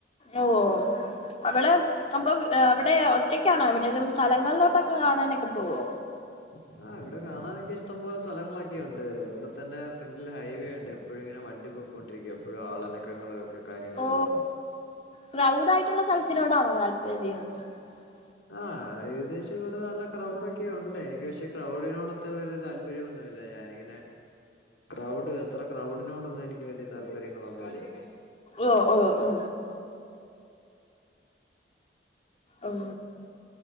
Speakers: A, on the left; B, on the left.
A: ഓഹ് അവള് അപ്പൊ അവിടെ ഒറ്റക്കാണോ എവിടെലും സ്ഥലങ്ങളിലോട്ടൊക്കെ കാണാനൊക്കെ പോവോ
B: ഉ ആഹ് ഇവിടെ കാണാനൊക്കെ ഇഷ്ടം പോലെ സ്ഥലങ്ങളൊക്കെ ഉണ്ട് ഇവിടെത്തന്നെ ഫ്രണ്ടിൽ ഹൈവേ ഉണ്ട് എപ്പോഴും ഇങ്ങനെ വണ്ടി ണ്ടി പൊക്കൊണ്ടിരിക്കും എപ്പോഴും ആള് അനക്കങ്ങളും ഒക്കെ കാര്യങ്ങളും
A: ഓ
B: എല്ലാം ഉണ്ട്
A: ക്രൗഡ് ആയിട്ടുള്ള <unintelligible>
B: ആഹ് ഏകദേശം ഇവിടെ നല്ല ക്രൗഡൊക്കെ ഉണ്ട് എനിക്ക് പക്ഷേ ക്രൗഡിനോട് അത്ര ഒരു താല്പര്യ താല്പര്യമൊന്നുമില്ല ഞാൻ ഇങ്ങനെ ക്രൗഡ് അത്ര ക്രൗഡിനോടന്നും എനി ക്ക് വലിയ താല്പര്യങ്ങളൊന്നുമില്ല
A: ഓ ഓ ഓ ഉം